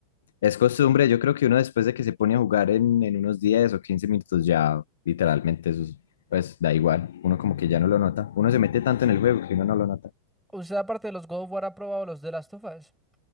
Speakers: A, on the left (about 60°); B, in the centre.
A: Es costumbre, yo creo que uno después de que se pone a jugar en, en unos 10 o 15 minutos ya literalmente eso es- pues da igual, uno como que ya no lo nota, uno se mete tanto en el juego que uno no lo nota.
B: Usted aparte de los God of War ha probado los de Last of Us,